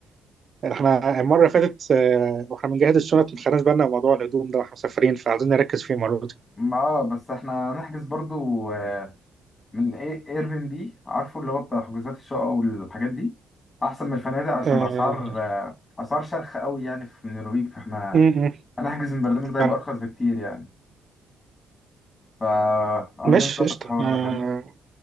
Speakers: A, on the right; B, on the left.
A: احنا المره اللي فاتت آه، واحنا بنجهز الشنط ما خدناش بالنا من موضوع الهدوم ده واحنا مسافرين فعايزين نركز فيه المره دي
B: ما اه بس احنا هنحجز برضو آه، من ايه ايربن بي عارفه اللي هو بتاع حجوزات الشقق والحاجات دي احسن من الفنادق عشان
A: آه،
B: الاسعار آه، اسعار شرخ قوي يعني في النرويج فاحنا
A: م- م،
B: هنحجز من البرنامج ده يبقى
A: فعلا.
B: ارخص بكتير يعني فعاوزين
A: مش
B: نظبط
A: قشطه
B: الحوار
A: آه،
B: ده فاهم